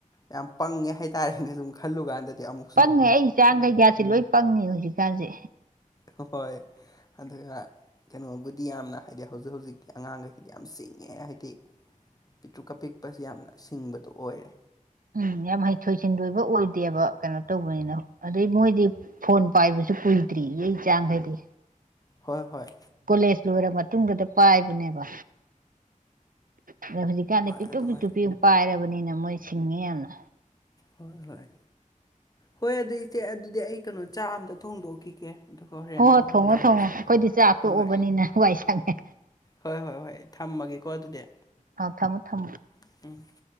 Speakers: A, on the left; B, on the right.
A: ꯌꯥꯝ ꯄꯪꯉꯦ ꯍꯥꯏꯇꯥꯔꯦꯅꯦ ꯁꯨꯝ ꯈꯜꯂꯨꯀꯥꯟꯗꯗꯤ ꯑꯃꯨꯛ
B: ꯄꯪꯉꯦ ꯑꯩ ꯑꫯꯆꯥ ꯈꯩꯗꯤ ꯂꯣꯏ ꯄꯪꯉꯦ ꯍꯧꯖꯤꯛꯀꯥꯟꯁꯦ
A: ꯍꯣꯏ ꯍꫭꯏ ꯑꯗꯨꯒ ꯀꯩꯅꯣꯕꯨꯗꯤ ꯌꯥꯝꯅ ꯍꯥꯏꯗꯤ ꯍꯧꯖꯤꯛ ꯍꯧꯖꯤꯛꯀꯤ ꯑꯉꯥꯡꯈꯩꯁꯤꯗꯤ ꯌꯥꯝ ꯆꯤꯡꯉꯦ ꯍꯥꯏꯗꯤ ꯄꯤꯇ꯭ꯔꯨꯛꯀꯄꯤꯛꯄꯁ ꯌꯥꯝꯅ ꯁꯤꯡꯕꯗꯣ ꯑꯣꯏꯔꯦ
B: ꯎꯝ ꯌꯥꯝ ꯍꯩꯊꯣꯏ ꯁꯤꯡꯊꯣꯏꯕ ꯑꯣꯏꯗꯦꯕ ꯀꯩꯅꯣ ꯇꯧꯕꯅꯤꯅ ꯑꯗꯨꯗꯩ ꯃꯣꯏꯗꯤ ꯐꯣꯟ ꯄꯥꯏꯕꯁꯨ ꯀꯨꯏꯗ꯭ꯔꯤ ꯏꯩ ꯆꯥꯡꯈꯩꯗꯤ
A: ꯍꯣꯏ ꯍꯣꯏ
B: ꯀꯣꯂꯦꯖ ꯂꯣꯏꯔ ꯃꯇꯨꯡꯗꯨꯗ ꯄꯥꯏꯕꯅꯦꯕ ꯑꯗ ꯍꯧꯖꯤꯛꯀꯥꯟꯗꯤ
A: ꯍꯣꯏ
B: ꯄꯤꯛꯇꯨ
A: ꯑꯗꯨꯃꯥꯏꯅ
B: ꯄꯤꯛꯇꯨ ꯄꯤꯛ ꯄꯥꯏꯔꯕꯅꯤꯅ ꯃꯣꯏ ꯁꯤꯡꯉꯤ ꯌꯥꯝꯅ
A: ꯍꯣꯏ ꯍꯣꯏ ꯍꯣꯏ ꯑꯗꯨ ꯏꯆꯦ ꯑꯗꯨꯗꯤ ꯑꯩ ꯀꯩꯅꯣ ꯆꯥꯛ ꯑꯝꯇ ꯊꯣꯡꯗꯣꯛꯈꯤꯒꯦ ꯑꯗꯨꯒ ꯍꯣꯔꯦꯟ
B: ꯍꯣꯏ
A: ꯑꯃꯨꯛ
B: ꯍꯣꯏ ꯊꯣꯡꯉꯣ
A: ꯇꯧꯔꯁꯦ
B: ꯊꯣꯡꯉꯣ ꯑꯩꯈꯣꯏꯗꯤ ꯆꯥꯛꯇꯣꯛꯎꯕꯅꯤꯅ
A: ꯍꯣꯏ ꯍꯣꯏ
B: ꯋꯥꯏ ꯁꯪꯉꯦ
A: ꯍꯣꯏ ꯍꯣꯏ ꯍꯣꯏ ꯊꯝꯃꯒꯦꯀꯣ ꯑꯗꯨꯗꯤ
B: ꯑꯥꯎ ꯊꯝꯃꯣ ꯊꯝꯃꯣ
A: <unintelligible>